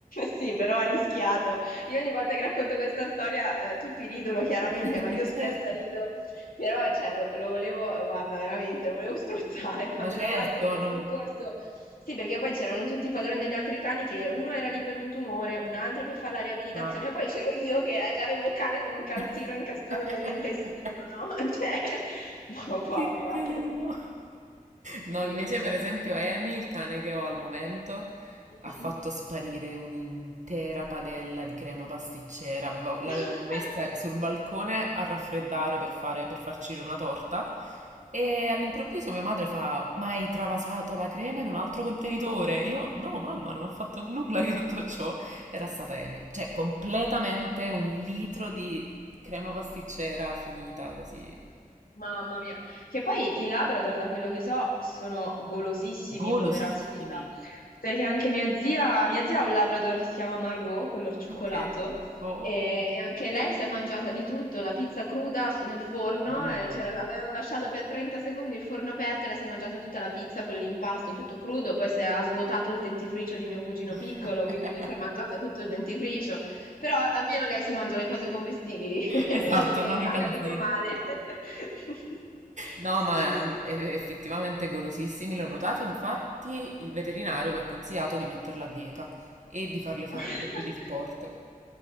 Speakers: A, on the left; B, on the right.
A: Sì, però ha rischiato. Io ogni volta che racconto questa storia, eh, tutti ridono chiaramente,
B: <laughs>
A: ma io stessa
B: Certo.
A: rido però cioè, lo, lo volevo, guarda, veramente, lo volevo strozzare <laughs> quando
B: Ma certo,
A: ero là al pronto
B: non...
A: soccorso. Sì, perché poi c'erano tutti i padroni degli altri cani che uno era lì per un tumore, un altro per fare la riabilitazione,
B: Chiaro.
A: e poi c'ero io che eh, già avevo il cane con un calzino
B: <laughs>
A: incastrato nell'intestino, no? <laughs> Cioè, no, guarda.
B: Che carino. No,
A: Sì.
B: invece, per esempio, Amy, il cane che ho al momento,
A: Mhm.
B: ha fatto sparire un'intera padella di crema pasticcera. Avevo- l'avevo
A: <laughs>
B: messa sul balcone a raffreddare per fare, per farcire una torta. E all'improvviso mia madre fa: Ma hai travasato la crema in un altro contenitore? Io, no, mamma, non ho fatto nulla di tutto ciò. Era stata Amy. Cioè, completamente un litro di crema pasticcera finita così.
A: Mamma mia, che poi i Labrador, da quello che so, sono golosissimi
B: Golosissime.
A: come razza di cane, perché anche mia zia, mia zia ha un Labrador che si chiama Margot, color cioccolato,
B: Ok. Boh.
A: e, e anche lei si è mangiata di tutto, la pizza cruda su- nel forno,
B: Sì.
A: e c'era- avevano lasciato per 30 secondi il forno aperto e lei si è mangiata tutta la pizza con l'impasto, tutto crudo, poi si è ha svuotato il dentifricio di mio cugino
B: <laughs>
A: piccolo, quindi si è mangiata tutto il dentifricio. Però almeno lei si mangia le cose commestibili, <laughs> è
B: Esatto,
A: il mio che
B: non i
A: ha
B: calzini.
A: capito male. <laughs>
B: No,
A: Sì,
B: ma
A: sì.
B: ehm, e- effettivamente golosissimi, l'ho notato, infatti il veterinario mi ha consigliato di metterla a dieta e di farle fare
A: <laughs>
B: un po' più di sport.